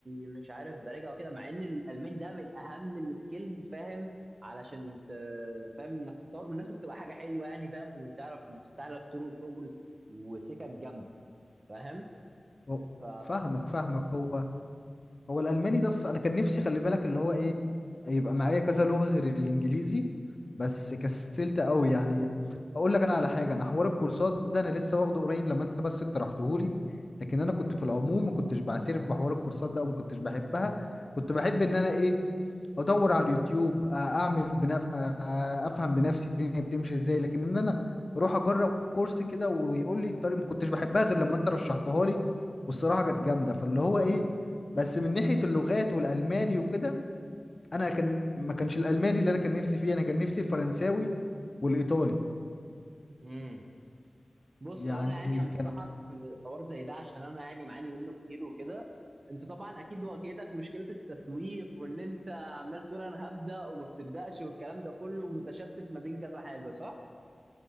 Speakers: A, on the right; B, on the left.
A: مش عارف براجع وكده مع ان الالماني ده من اهم السكيلز فاهم علشان ت... فاهم انك تطور من نفسك تبقى حاجه حلوه يعني فاهم وتعرف بتفتح لك طرق شغل وسكك جامده فاهم
B: هو-
A: ف
B: فاهمك فاهمك هو هو الالماني ده الص- انا كان نفسي خلي بالك اللي هو ايه يبقى معايا كذا لغه غير الانجليزي بس كسلت قوي يعني اقول لك انا على حاجه انا حوار الكورسات ده انا لسه واخده قريب لما انت بس اقترحته لي لكن انا كنت في العموم ما كنتش بعترف بحوار الكورسات ده وما كنتش بحبها كنت بحب ان انا ايه ادور على اليوتيوب آه، اعمل بنف... آه، آه، افهم بنفسي الدنيا بتمشي ازاي لكن ان انا اروح اجرب كورس كده ويقول لي الطريق ما كنتش بحبها غير لما انت رشحتها لي والصراحه كانت جامده فاللي هو ايه بس من ناحيه اللغات والالماني وكده انا كان ما كانش الالماني اللي انا كان نفسي فيه انا كان نفسي الفرنساوي والايطالي
A: امم بص
B: يعني
A: وانا يعني انصحك
B: كان
A: في الحوار زي ده عشان انا يعني معاني منه كتير وكده انت طبعا اكيد واجهتك مشكله التسويف وان انت عمال تقول انا هبدا وما بتبداش والكلام ده كله متشتت ما بين كذا حاجه صح؟